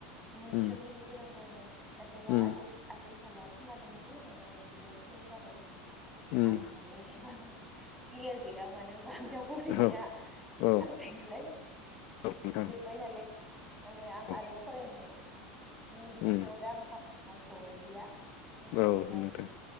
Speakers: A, in the centre; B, on the left.
A: मुं
B: उम
A: थिसनहैनो गोनां जायोमोन। नाथायबा
B: उम
A: आदि आथिखालाव खोनादोंदि माने जिनैसिम जाबाय होननानै
B: उम
A: आं माने एसेबां क्लियार गैया मानो होनोमबा आं दा फरायनाया
B: औ
A: गारबाय
B: औ
A: नालाय
B: औ नोंथां
A: जोब्बाय नालाय माने आं
B: औ
A: आरो फरायनाय बिथिङाव
B: उम
A: दा आं खामानि मावथ' लिया ओंखायनो
B: औ
A: आंहा दा
B: नोंथां
A: बिनि